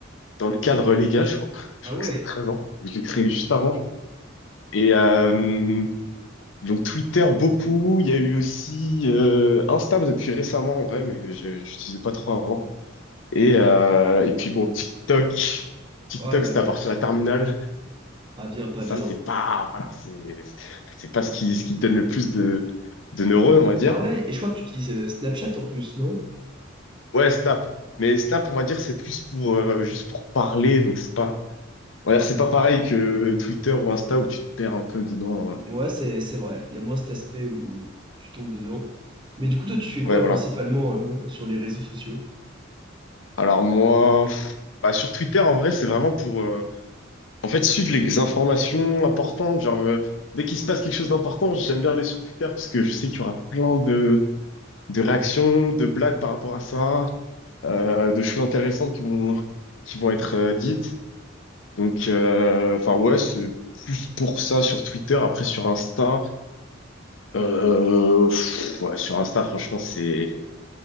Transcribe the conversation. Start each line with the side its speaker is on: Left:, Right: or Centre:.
Left: dans le cadre légal, je crois. <laughs> Je
Right: Ah
Left: crois
Right: ouais?
Left: que c'était 13 ans. Je l'ai créé juste avant. Et euh, donc Twitter beaucoup, il y a eu aussi euh, Insta depuis récemment en vrai, mais je n'utilisais pas trop avant. Et, euh, et puis bon, TikTok, TikTok
Right: Oh là
Left: c'était
Right: là.
Left: à partir de la terminale.
Right: Pas bien, pas
Left: Ça
Right: bien.
Left: c'est pas voilà, c'est c'est pas ce qui ce qui te donne le plus de de neurones on va dire.
Right: Ah ouais, et je crois que tu utilises euh, Snapchat en plus, non?
Left: Ouais Snap, mais Snap on va dire c'est plus pour euh, juste pour parler donc c'est pas on va dire c'est pas pareil que Twitter ou Insta où tu te perds un peu dedans. euh.
Right: Ouais, c'est c'est vrai. Il y a moins cet aspect où tu tombes dedans. Mais du coup, toi, tu fais quoi
Left: Ouais voilà.
Right: principalement euh, sur les réseaux sociaux?
Left: Alors moi. pff, bah, sur Twitter, en vrai, c'est vraiment pour, euh, En fait, suivre les informations importantes, genre, euh, dès qu'il se passe quelque chose d'important, j'aime bien aller sur Twitter parce que je sais qu'il y aura plein de, de réactions, de blagues par rapport à ça, euh, de choses intéressantes qui vont, qui vont être euh, dites. Donc, euh, enfin, ouais, c'est plus pour ça sur Twitter. Après, sur Insta, euh, pff, ouais, sur Insta, franchement, c'est,